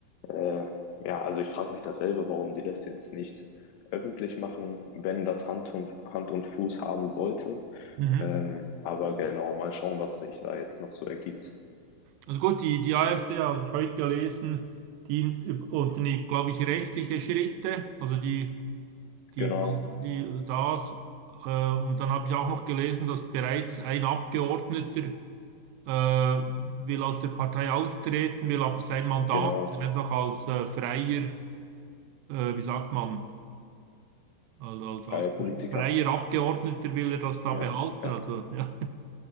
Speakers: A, on the left; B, on the right.
A: äh, ja, also ich frage mich dasselbe, warum die das jetzt nicht öffentlich machen, wenn das Hand und, Hand und Fuß haben sollte.
B: Mhm.
A: Ähm, aber genau, mal schauen, was sich da jetzt noch so ergibt.
B: Also gut, die, die AfD habe ich heute gelesen, die unternimmt, glaube ich, rechtliche Schritte. Also die, die,
A: Genau,
B: die das. Äh, und dann habe ich auch noch gelesen, dass bereits ein Abgeordneter äh, will aus der Partei austreten, will aber sein Mandat
A: genau,
B: einfach als äh, freier äh, wie sagt man, Also als,
A: freier
B: als
A: Politiker.
B: freier Abgeordneter will er das da
A: Ja,
B: behalten.
A: ja,
B: Also ja,